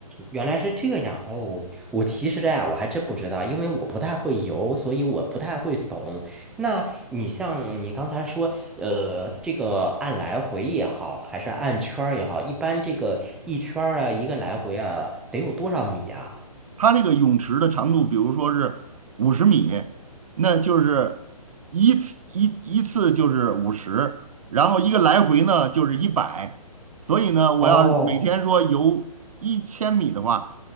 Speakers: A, in the centre; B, on the right.
A: 原来是这样。哦，我其实啊，我还真不知道，因为我不太会游，所以我不太会懂。那你像你刚才说，呃，这个按来回也好，还是按圈儿也好，一般这个一圈儿啊，一个来回啊，得有多少米呀？
B: 它那个泳池的长度，比如说是五十米，那就是一次一一次就是五十，然后一个来回呢就是一百，所以呢，我要每天说游一千米的话，
A: 哦